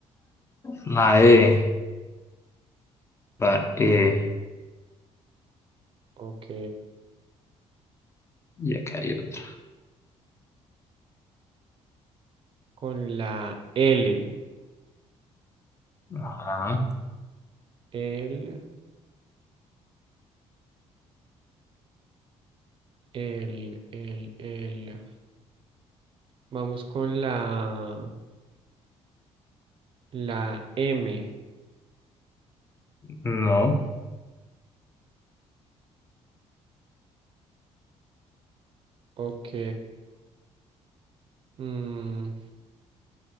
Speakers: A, on the left; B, on the right.
A: La E. Va, eh,
B: Ok.
A: y acá hay otro.
B: Con la L.
A: Ajá,
B: L. El, el, el. Vamos con la, la M.
A: no,
B: Ok. Mm,